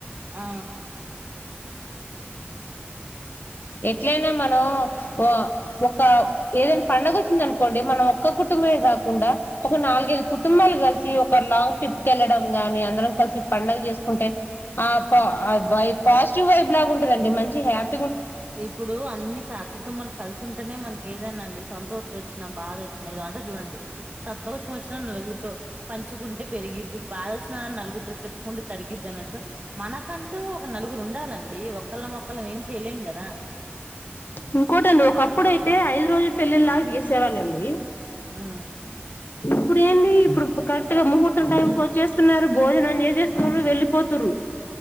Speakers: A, on the right (about 35°); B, on the left (about 55°).
A: ఆ
B: ఎట్లయినా మనం ఓ ఒక ఏదైనా పండగ వచ్చిందనుకోండి మనం ఒక్క కుటుంబమే కాకుండా ఒక నాలుగైదు కుటుంబాలు కలిసి ఒక లాంగ్ ట్రిప్ కి వెళ్ళడం గానీ అందరం కలిసి పండగ చేసుకుంటే ఆ పొ ఆ వైబ్ పాజిటివ్ వైబ్లాగా ఉంటుదండి మంచి హ్యాప్
A: ఇప్పుడు అన్ని కాద్ కుటుంబాలకు కలిసి ఉంటేనే మనకి ఏదైనా అండి సంతోషం వచ్చినా బాదొచ్చినా ఏదో అంటారు చూడండి సంతోషం వచ్చినా నలుగురుతో పంచుకుంటే పెరిగిద్ది భాదొచ్చిన నలుగుతో చెప్పుకుంటే తరిగిద్ది అన్నట్టు మనకంటూ ఒక నలుగురు ఉండాలండి ఒకళ్ళం ఒకళ్ళం ఏం చేయలేం కద దా
B: ఇంకోటండి ఒకప్పుడు అయితే ఐదు రోజులు పెళ్లిళ్లాగా చేసేవాళ్ళండి
A: ఆ
B: ఇప్పుడు ఏంది ఇప్పుడు కరెక్ట్గా ముహూర్తం టైంకి వచ్చేస్తున్నారు భోజనం చేసేస్తున్నారు వెళ్ళిపోతుర్రు